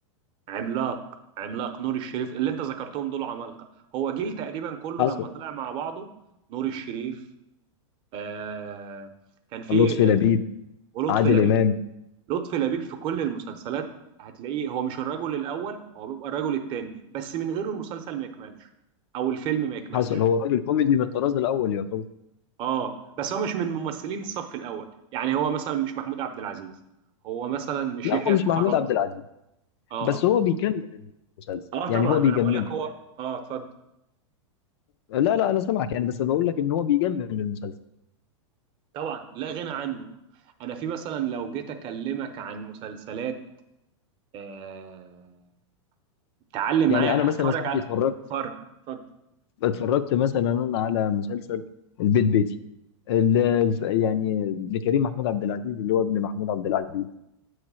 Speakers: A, on the right; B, on the left.
A: عملاق عملاق نور الشريف اللي انت ذكرتهم دول عمالقة هو جيل تقريبا كله
B: حصل
A: لما طلع مع بعضه نور الشريف آه كان في
B: لطفي لبيب
A: آه، ولطفي
B: عادل
A: لبيب
B: امام
A: لطفي لبيب في كل المسلسلات هتلاقيه هو مش الرجل الأول هو بيبقى الرجل التاني بس من غيره المسلسل ما يكملش أو الفيلم ما يكملش
B: حصل هو راجل كوميدي من الطراز الاول يعتبر
A: اه بس هو مش من ممثلين الصف الاول يعني هو مثلا مش محمود عبد العزيز هو مثلا مش
B: لا
A: يحيى
B: هو
A: الفخراني
B: مش محمود عبد العزيز
A: اه
B: بس هو بيكمل المسلسل
A: اه طبعا
B: يعني هو
A: انا
B: بيجمله
A: بقول لك هو اه اتفضل
B: لا لا انا سامعك يعني بس بقول لك ان هو بيجمل المسلسل
A: طبعا لا غنى عنه انا في مثلا لو جيت اكلمك عن مسلسلات آه... تعلم
B: يعني
A: معايا
B: انا مثلا
A: اتفرج
B: يا صاحبي
A: على
B: اتفرجت
A: اتفرج اتفضل
B: اتفرجت مثلا انا على مسلسل البيت بيتي ال- الف- يعني لكريم محمود عبد العزيز اللي هو ابن محمود عبد العزيز